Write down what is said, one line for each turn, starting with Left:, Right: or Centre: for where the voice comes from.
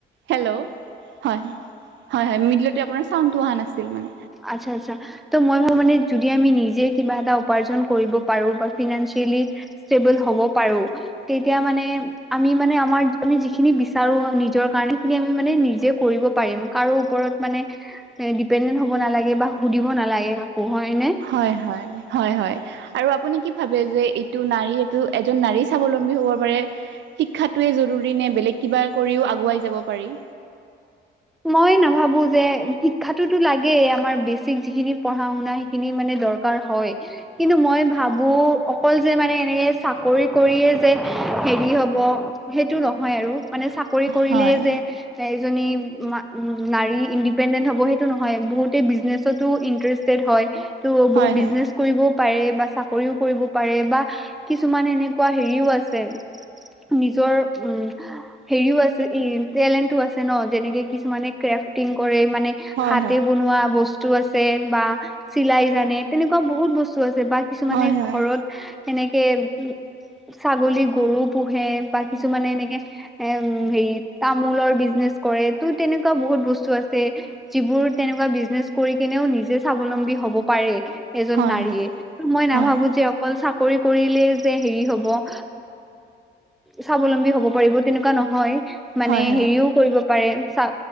Right: হেল্ল' হয় হয় মিডিল'তে আপোনাৰ চাউনটো অহা নাছিল মানে
Centre: আচ্ছা আচ্ছা ত' মই ভাবো মানে যদি আমি নিজে কিবা এটা উপাৰ্জন কৰিব পাৰো বা ফিনেনচিয়েলি ষ্টেবল হব পাৰো তেতিয়া মানে আমি মানে আমাৰ আমি যিখিনি বিচাৰো নিজৰ কাৰণে সেইখিনি আমি মানে নিজে কৰিব পাৰিম কাৰো ওচৰত মানে হে ডিপেনডেন্ড হ'ব নালাগে বা সুধিব নালাগে কাকো হয়নে
Right: হয় হয় হয় হয় আৰু আপুনি কি ভাবে যে এইটো নাৰী এইটো এজন নাৰী স্বাৱলম্বী হব পাৰে শিক্ষাটোৱে জৰুৰী নে বেলেগ কিবা কৰিও আগুৱাই যাব পাৰি
Centre: মই নাভাবো যে শিক্ষাতোতো লাগেই আমাৰ বেছিক যিখিনি পঢ়া শুনা সেইখিনি মানে দৰ কাৰ হয় কিন্তু মই ভাবো অকল যে মানে এনেকে চাকৰি কৰিয়ে যে হেৰি হব সেইটো নহয় আৰু মানে চাকৰি কৰিলে
Right: হয়
Centre: যে এজনী উ মা নাৰী ইণ্ডিপেণ্ডেন্ট হ'ব সেইটো নহয় বহুতে বিজনেচতো ইন্টাৰেষ্টেড হয় তো
Right: হয়
Centre: বহু
Right: হয়
Centre: বিজনেছ কৰিবও পাৰে বা চাকৰিও কৰিব পাৰে বা কিছুমান এনেকুৱা হেৰিও আছে নিজৰ উম হেৰিও আছে ই টেলেণ্টো আছে ন যেনেকে কিছুমানে ক্ৰেফটিং কৰে মানে
Right: হয়
Centre: হাতে বনোৱা বস বস্তু আছে বা চিলাই জানে তেনেকুৱা বহুত বস্তু আছে বা কিছুমানে
Right: হয় হয়
Centre: ঘৰত এনেকে উম ছাগলী, গৰু পোহে বা কিছুমানে এনেকে এ হেৰি তামোলৰ বিজনেছ কৰে। তুমি তেনেকুৱা বহুত বস্তু আছে যিবোৰ তেনেকুৱা বিজনেচ কৰি কেনেও নিজে স্বাৱলম্বী হ'ব পাৰে এজন
Right: হয়
Centre: নাৰীয়ে
Right: হয়
Centre: ত মই নাভাবো
Right: হয়
Centre: যে অকল চা কৰি কৰিলেই যে হেৰি হ'ব অ স্বাৱলম্বী হ'ব পাৰিব তেনেকুৱা নহয়। মানে
Right: হয় হয়
Centre: হেৰিও কৰিব পাৰে চা